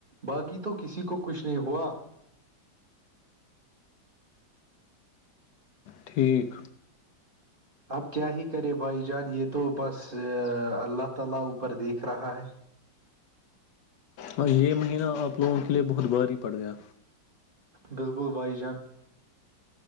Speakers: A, on the right; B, on the left.
A: باقی تو کسی کو کچھ نہیں ہوا
B: ٹھیک
A: اب کیا ہی کرے بھائی جان یہ تو بس اللہ تعالی اوپر دیکھ رہا ہے
B: اور یہ مہینہ آپ لوگوں کے لیے بہت بھاری پڑ گیا
A: بالکل بائی جان